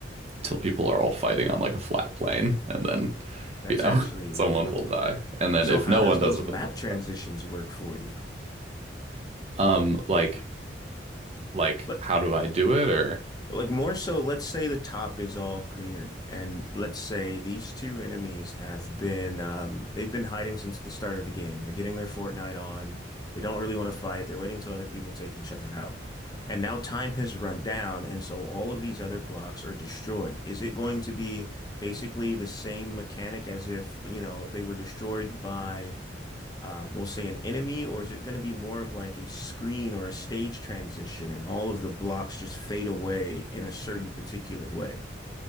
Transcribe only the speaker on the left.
That's
actually
really cool.
So
how
does
those
map
transitions work for you?
But
Like more so, let's say the top is all greenery, and let's say these two enemies have been um, they've been hiding since the start of the game. They're getting their Fortnite on. They don't really want to fight. They're waiting till other people take each other out. And now time has run down, and so all of these other blocks are destroyed. Is it going to be basically the same mechanic as if, you know, they were destroyed by um, we'll say an enemy, or is it going to be more of like a screen or a stage transition and all of the blocks just fade away in a certain particular way?